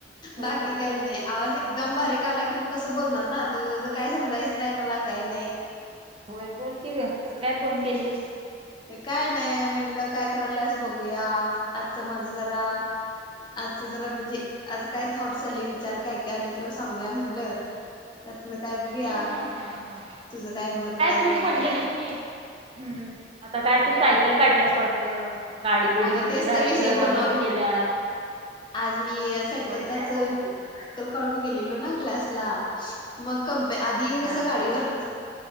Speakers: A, on the right; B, on the left.
A: होय
B: बाकी
A: होय
B: का
A: बोल
B: नाही.
A: की
B: आवाज एकदम बारीक आला की, मग कसं बोलणार ना ते ज काय समजायचं नाही. मला काय नाही.
A: होय. बोल की ग कसं काय फोन केलीस?
B: काय नाही. म्हटलं काय करायलास बघूया. आजचं माझ जरा आजच जरा म्हणजे आज काय थॉट्स आले विचार काय काय आले, तुला सांगूया म्हणलं. त्यातन काय बघूया.
A: हा हा हा हा
B: तुझं काय मत आहे,
A: तूच
B: किंवा
A: म्हणलेलीस
B: काय
A: की हम्म. आता काय तू सायकल काढल्यास वाटतं? गाडी बिडी
B: अगं
A: म्हणजे
B: तेच
A: जायचं,
B: तर विषय
A: आता
B: बोलणार
A: बंद
B: होती.
A: केल्यास
B: आज मी सायकलचाच
A: होय काय बोल की
B: काढून गेलेलो ना क्लासला, मग कप आधी कस
A: हा हा
B: गाडीवर
A: हा